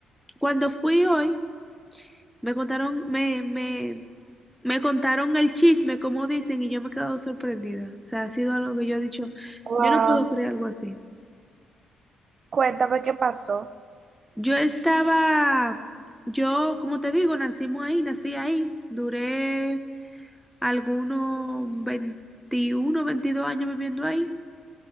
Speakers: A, in the centre; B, on the right (about 45°).
A: cuando fui hoy, me contaron, me, me, me contaron el chisme, como dicen, y yo me he quedado sorprendida. O sea, ha sido algo que yo he dicho,
B: Wow,
A: yo no puedo creer algo así.
B: cuéntame qué pasó.
A: Yo estaba, yo, como te digo, nacimos ahí, nací ahí, duré algunos 21 22 años viviendo ahí.